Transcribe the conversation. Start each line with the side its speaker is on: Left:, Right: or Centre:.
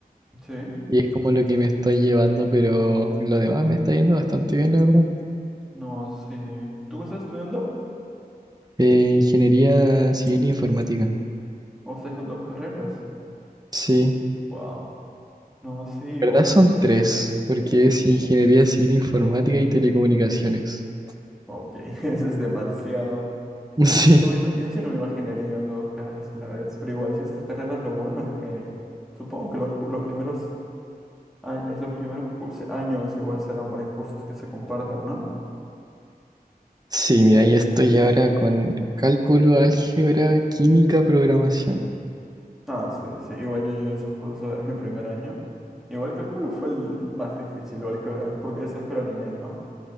Centre: Sí,
Right: Y es como lo que me estoy llevando, pero lo demás me está yendo bastante bien, la verdad.
Centre: no, sí. de- ¿Tú estás estudiando?
Right: Eh, ingeniería civil e informática.
Centre: ¿O estás con dos carreras?
Right: Sí,
Centre: Wow. No, sí, igual.
Right: en verdad son tres, porque es ingeniería civil informática y telecomunicaciones. <laughs>
Centre: Ok, <laughs> eso es demasiado.
Right: Sí,
Centre: Yo sí no me, ima- yo sí no me imaginaría llevando dos carreras a la vez, pero igual si esas carreras lo bueno es que supongo que los, cu- los primeros, a- es los primeros cursos, años igual serán varios cursos que se comparten, ¿no?
Right: sí, mira, yo estoy ahora con cálculo, álgebra, química, programación.
Centre: Ah, sí, sí. Igual yo llevé esos cursos en mi primer año. Igual cálculo fue el más difícil, o álgebra, porque es álgebra lineal, ¿no?